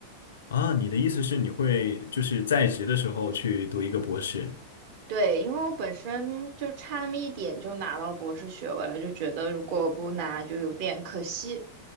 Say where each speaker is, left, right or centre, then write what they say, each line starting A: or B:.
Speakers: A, on the left; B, on the right.
A: 啊，哦你的意思是你会就是在职的时候去读一个博士？
B: 对，因为我本身就差那么一点就拿到博士学位了，就觉得如果不拿就有点可惜。